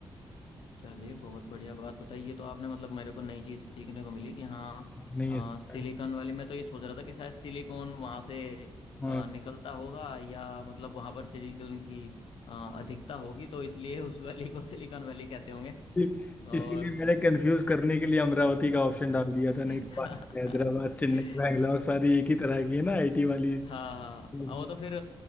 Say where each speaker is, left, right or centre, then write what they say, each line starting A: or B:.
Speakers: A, on the left (about 80°); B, on the left (about 15°).
A: चलिए बहुत बढ़िया बात बताई ये तो आपने मतलब मेरे को नई चीज़ सीखने को मिली कि हाँ
B: नहीं
A: आ,
B: अच्छा
A: सिलिकॉन
B: है
A: वाली मैं तो ये सोच रहा था कि शायद सिलिकॉन वहाँ से
B: हाँ
A: आ, निकलता होगा या मतलब वहाँ पर सिलिकॉन की आ, अधिकता होगी तो इसलिए उस वैली को सिलिकॉन वैली कहते होंगे
B: इस-
A: और
B: इसीलिए मैंने कंफ्यूज करने के लिए अमरावती का ऑप्शन डाल दिया था नहीं
A: <laughs>
B: तो बाकी हैदराबाद चेन्नई बैंगलोर सारी एक ही तरह की है ना आईटी वाली
A: हाँ हाँ
B: तो
A: हाँ, हाँ, वो तो फिर